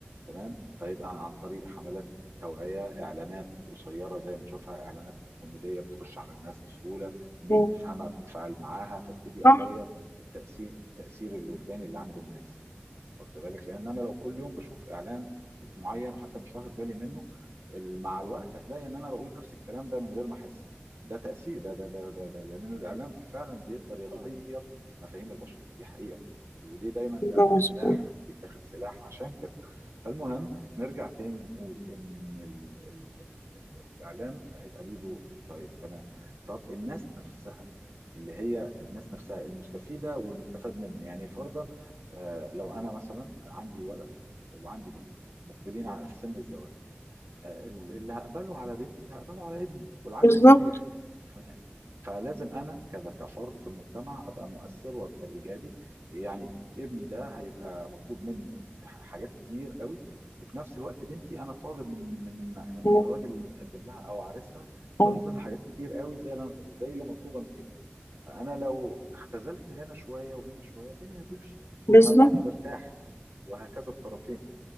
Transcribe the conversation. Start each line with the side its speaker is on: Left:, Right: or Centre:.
Right: تمام فيبقى عن طريق حملات توعية إعلانات قصيرة زي ما نشوفها إعلانات كوميدية بتخش على الناس بسهولة الناس
Left: مم.
Right: بتفهمها بتتفاعل معاها فابتدي
Left: صح
Right: أغير التأثير التأثير الوجداني اللي عند الناس واخد بالك لان انا لو كل يوم بشوف اعلان معين وحتى مش واخد بالي منه ال- مع الوقت هتلاقي ان انا بقول نفس الكلام ده من غير ما احس ده تاثير ده ده ده ده, ده لان الاعلام فعلا بيقدر يغير مفاهيم البشر دي حقيقه وليه دايما الاعلام
Left: ده مظبوط
Right: سلاح بيتاخد سلاح عشان كده فالمهم نرجع تاني نقول ان ال ال ال ال الاعلام هيبقى ليه دور طيب تمام طب الناس نفسها اللي هي الناس نفسها المستفيده والمستفاد منه يعني فرضا آه، لو انا مثلا عندي ولد وعندي بنت مقبلين على- في سن الزواج آه، اللي هقبله على بنتي هقبله على ابني والعكس
Left: بالظبط
Right: صحيح فما- فلازم انا كذا كفرد في المجتمع ابقى مؤثر وابقى ايجابي يعني ابني ده هيبقى مطلوب منه ح- حاجات كتير قوي وفي نفس الوقت بنتي انا طالب من من من
Left: مم.
Right: الراجل اللي متقدم لها او عريسها
Left: مم.
Right: طالب منه حاجات كتير قوي زي اللي أنا- زي اللي مطلوبه من ابني فانا لو اختزلت هنا شويه وهنا شويه الدنيا هتمشي
Left: بالظبط
Right: وهبقى انا مرتاح وهكذا الطرفين